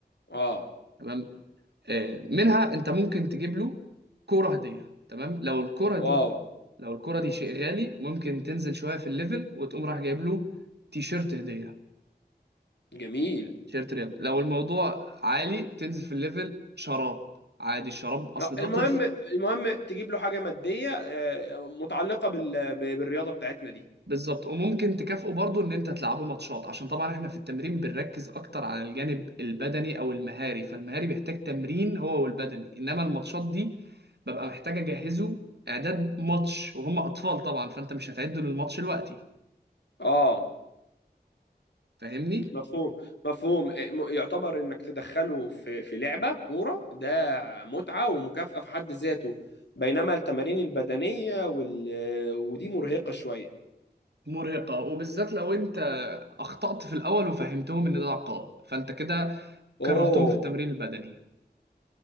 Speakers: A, on the left; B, on the right.
A: أه
B: تمام آه، منها انت ممكن تجيب له كوره هديه تمام لو الكوره
A: واو
B: دي لو الكوره دي شيء غالي ممكن تنزل شويه في الليفل وتقوم راح جايب له تيشيرت هديه
A: جميل
B: تيشيرت رياضه لو الموضوع عالي تنزل في الليفل شراب عادي الشراب اصل
A: آه، المهم
B: ده طفل
A: المهم تجيب له حاجه ماديه آه، متعلقه بال- ب- بالرياضه بتاعتنا دي
B: بالظبط وممكن تكافئه برضو ان انت تلعبه ماتشات عشان طبعا احنا في التمرين بنركز اكتر على الجانب البدني او المهاري فالمهاري بيحتاج تمرين هو والبدني انما الماتشات دي ببقى محتاج اجهزه اعداد ماتش وهم اطفال طبعا فانت مش هتعده للماتش دلوقتي
A: اه
B: فاهمني
A: مفهوم مفهوم آه، م- يعتبر انك تدخله في في لعبه كوره ده متعه ومكافاه في حد ذاته بينما التمارين البدنيه وال... ودي مرهقه شويه
B: مرهقة وبالذات لو انت اخطأت في الاول وفهمتهم ان ده عقاب فانت كده
A: اوه
B: كرهتهم في التمرين البدني